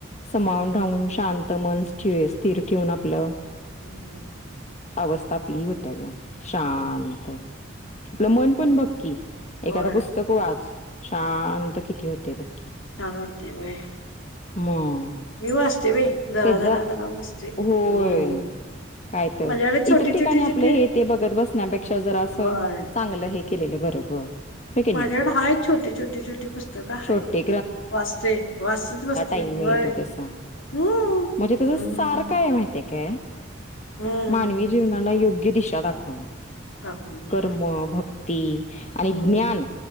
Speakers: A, on the left; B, on the left.
A: समाून. राहून शांत मन ठे स्थिर ठेवून आपलं.
B: हम्म
A: अवस्था आपली होत्या ग शांत
B: हम्म
A: आपलं मन पण बघकी. एखादा
B: होय
A: पुस्तक वाच शांत किती होते बक्क.
B: छान वाटतये.
A: मग.
B: मी वाचतोय बाई वय जरा
A: त्याचा
B: जरा जरा वाचते
A: होय
B: हम्म.
A: काय तर
B: माझ्याकडे छोटी
A: इतर ठिकाणी
B: छोटी
A: आपलं
B: छोटी
A: हे ते बघत बसण्यापेक्षा जरा असं
B: होय
A: चांगलं हे. केलेलं बरं ग. होय की
B: माझ्याकडे
A: नाही
B: हा हाय छोटी छोटी छोटी पुस्तकं आहेत
A: छोटे
B: वाचते वाचतच बसते.
A: टाईम
B: होय
A: मिळतो तसा.
B: हम्म
A: म्हणजे त्याच
B: हम्म.
A: सार काय माहिते काय
B: हम्म
A: मानवी जीवनाला योग्य. य दिशा दाखवण
B: दाखवून
A: कर्म
B: होय
A: भक्ती आणि
B: हम्म
A: ज्ञान